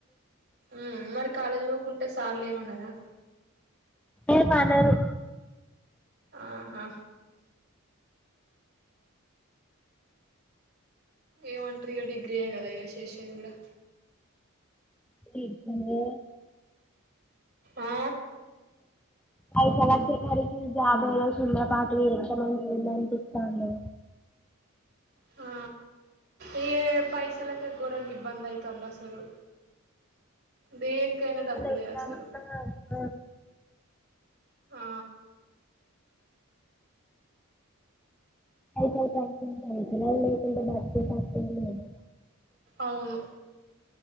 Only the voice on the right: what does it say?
ఉ మరి కాలేజీ పోకుంటే సార్లేమనరా
ఆహా ఏమంటారు ఇగ డిగ్రీయే కదా ఇగా శేషేది కూడా
ఆ
హ ఇగే పైసలకే గోరంగ ఇబ్బందయితంది అసలు దేనికైనా డబ్బులే
అసలు ఆ
అవును